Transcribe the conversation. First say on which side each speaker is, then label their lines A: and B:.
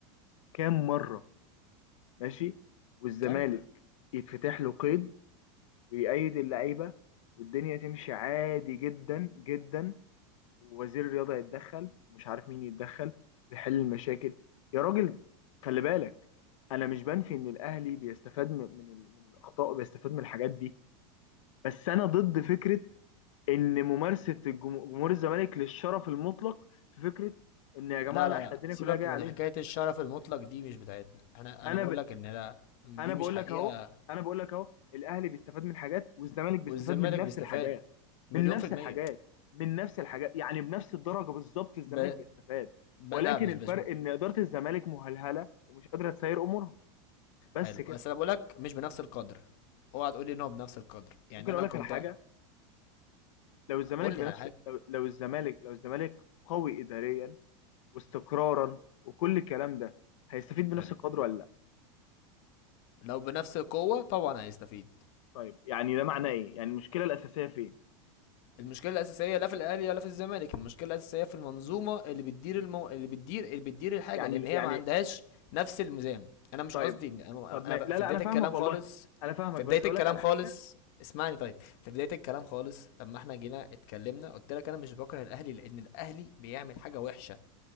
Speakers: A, on the left; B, on the left.
A: كم مره ماشي والزمالك
B: كمل
A: يتفتح له قيد ويأيد اللعيبه والدنيا تمشي عادي جدا جدا ووزير الرياضة يتدخل ومش عارف مين يتدخل ويحل المشاكل يا راجل خلي بالك انا مش بنفي ان الاهلي بيستفاد من من, ال- من الاخطاء وبيستفاد من الحاجات دي بس انا ضد فكرة ان ممارسة الجم- جمهور الزمالك للشرف المطلق في فكرة ان يا جماعة
B: لا
A: لا
B: لا
A: احنا
B: لا
A: الدنيا
B: سيبك
A: كلها جاية
B: من
A: علينا
B: حكاية الشرف المطلق دي مش بتاعتنا احنا
A: انا
B: أنا بقول
A: ب...
B: لك إن لا دي
A: انا بقول
B: مش حقيقة
A: لك اهو انا بقول لك اهو الاهلي بيستفاد من حاجات والزمالك بيستفاد
B: والزمالك
A: من نفس
B: بيستفاد
A: الحاجات من
B: مليون
A: نفس
B: في المية
A: الحاجات من نفس الحاجات يعني بنفس الدرجه بالظبط الزمالك
B: ب...
A: بيستفاد
B: ب...
A: ولكن
B: لا مش
A: الفرق
B: مش
A: ان اداره الزمالك مهلهله ومش قادره تسير امورها بس
B: حلو
A: كده
B: بس أنا بقول لك مش بنفس القدر اوعى تقول لي إن هو بنفس القدر يعني
A: ممكن اقول
B: أنا
A: لك
B: كنت
A: على حاجه لو الزمالك
B: قول
A: بنفس
B: لي على حاجة
A: لو, لو الزمالك لو الزمالك قوي اداريا واستقرارا وكل الكلام ده هيستفيد بنفس
B: حلو
A: القدر ولا لا
B: لو بنفس القوة طبعا هيستفيد
A: طيب يعني ده معناه ايه يعني المشكله الاساسيه فين
B: المشكلة الأساسية لا في الأهلي ولا في الزمالك المشكلة الأساسية في المنظومة اللي بتدير المو... اللي بتدير اللي بتدير الحاجة
A: يعني
B: لأن هي
A: يعني
B: ما عندهاش نفس الميزان أنا مش
A: طيب
B: قصدي إن أنا
A: طب ما...
B: أنا
A: لا
B: في
A: لا
B: بداية
A: انا فاهمك
B: الكلام
A: والله
B: خالص
A: انا فاهمك
B: في
A: بس
B: بداية
A: اقول
B: الكلام
A: لك على
B: خالص
A: حاجه
B: اسمعني طيب في بداية الكلام خالص لما احنا جينا اتكلمنا قلت لك أنا مش بكره الأهلي لأن الأهلي بيعمل حاجة وحشة